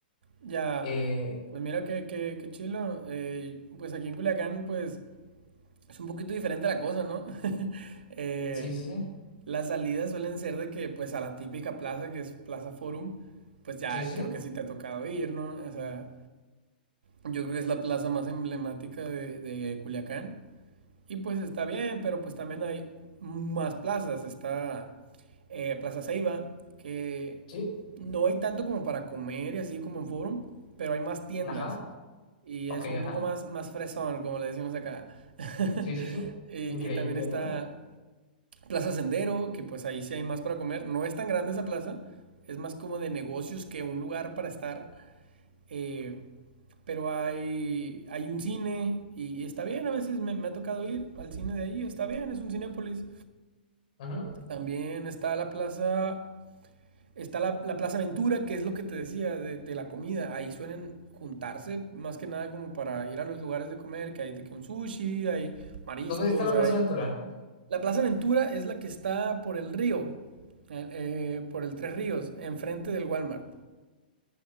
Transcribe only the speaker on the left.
Eh,
sí, sí, sí,
sí, sí, sí,
sí,
ajá,
ok,
ajá,
sí, sí, sí,
increíble,
¿eh?
Ajá.
¿Dónde está la
Plaza Ventura?